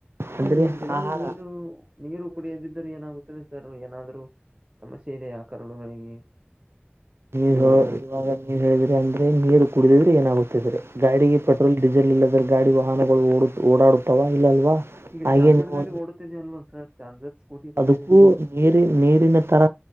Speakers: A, on the right; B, on the right.
A: ಅಂದ್ರೆ
B: ಸರ್ ದಿನಾಲು
A: ಆಹಾರ
B: ನೀರು ನೀರು ಕುಡಿಯದಿದ್ದ್ರ ಏನಾಗುತ್ತದೆ ಏನಾದ್ರು ಸಮಸ್ಯೆ ಇದೆ ಆ ಕರು ಗಳಿಗೆ
A: ನೀವ ಇವಾಗ ನೀವ ಹೇಳಿದ್ರಿ ಅಂದ್ರೆ ನೀರು ಕುಡಿದಿದ್ರೆ ಏನಾಗುತ್ತಿದ್ರೆ ಗಾಡಿಗೆ ಪಟ ಡಿಸೆಲ್ ಇಲ್ಲದ್ರೆ ಗಾಡಿ ವಾಹನಗಳು ಓಡ ಓಡಾಡುತ್ತಾವ ಇಲ್ಲ ಅಲ್ವಾ
B: ಈಗ
A: ಹಾಗೆ
B: ಚಾರ್ಜರ್
A: ನೀವು
B: ಗಾಡಿ ಓಡುತ್ತಿದ ಅಲ್ವಾಸ ಚಾರ್ಜರ್ ಸ್ಕೂಟಿ ಬಂದಿದೆ
A: ಅದಕ್ಕೂ ನೀರಿ ನೀರಿನ ತರ